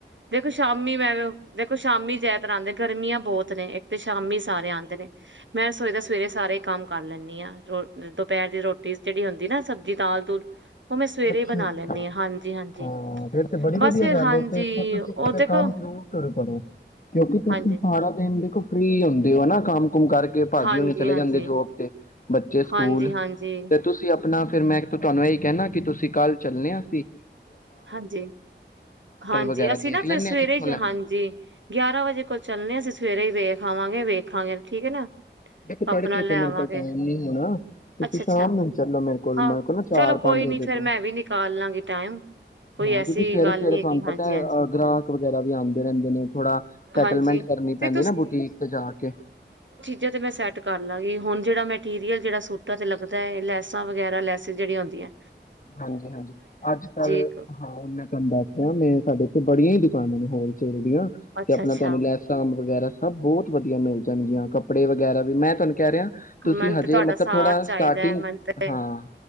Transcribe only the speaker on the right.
ਦੇਖੋ ਸ਼ ਮੰਮੀ ਮੈਂ ਦੇਖੋ ਸ਼ਾਮੀ ਜ ਤਰ੍ਹਾਂ ਆਉਂਦੇ ਗਰਮੀਆਂ ਬਹੁਤ ਨੇ ਤੇ ਸ਼ਾਮੀ ਸਾਰੇ ਆਉਂਦੇ ਨੇ ਮੈਂ ਰਸੋਈ ਦਾ ਸਵੇਰੇ ਸਾਰੇ ਕੰਮ ਕਰ ਲੈਂਦੀ ਹਾਂ ਰੋ ਦੁਪਹਿਰ ਦੀ ਰੋਟੀ ਜਿਹੜੀ ਹੁੰਦੀ ਨਾ ਸਬਜ਼ੀ ਦਾਲ ਦੂਲ ਉਹ ਮੈਂ ਸਵੇਰੇ
ਹੀ ਬਣਾ
ਲੈਂਦੀ ਹਾਂ ਹਾਂਜੀ ਹਾਂਜੀ
ਬਸ ਫਿਰ
ਹਾਂਜੀ
ਉਹ
ਦੇਖੋ
ਹਾਂਜੀ
ਹਾਂਜੀ
ਹਾਂਜੀ
ਹਾਂਜੀ ਹਾਂਜੀ
ਹਾਂਜੀ -ਹਾਂਜੀ
ਅਸੀਂ
ਨਾ
ਫਿਰ ਸਵੇਰੇ
ਜ ਹਾਂਜੀ ਗਿਆਰਾਂ ਵਜੇ ਕੋਲ ਚੱਲਣੇ ਅਸੀਂ ਸਵੇਰੇ ਹੀ ਵੇਖ ਆਵਾਂਗ ਵੇਖਾਂਗੇ ਠੀਕ ਹੈ ਨਾ
ਆਪਣਾ
ਲੈ
ਆਵਾਂਗੇ
ਅੱਛਾ
ਅੱਛਾ
ਹਾਂ
ਚਲੋ ਕੋਈ
ਨੀ
ਫੇਰ
ਮੈਂ ਵੀ ਨਿਕਾਲ ਲਾਂਗੀ ਟਾਈਮ ਕੋਈ
ਐਸੀ
ਗੱਲ
ਨੀ
ਹੈਗੀ
ਹਾਂਜੀ
ਹਾਂਜੀ
ਹਾਂਜੀ
ਤੇ
ਜਜ ਤਾਂ ਮੈਂ ਸੈਟ ਕਰ ਲਵਗੀ ਹੁਣ ਜਿਹੜਾ ਮਟੀਰੀਅਲ ਜਿਹੜਾ ਸੂਾਂ 'ਤੇ ਲੱਗਦਾ ਹੈ ਲੈਸਾਂ ਵਗੈਰਾ ਲੈਸਿਸ ਜਿਹੜੀਆਂ ਆੁੰਂਦੀਆਂ
ਇੱਕ
ਅੱਛਾ
ਅੱਛਾ
ਮੈਨੂੰ
ਤੇ ਤੁਹਾਡਾ
ਸਾਥ
ਚਾਹੀਦਾ
ਹੈ ਮੈਨੂੰ ਤੇ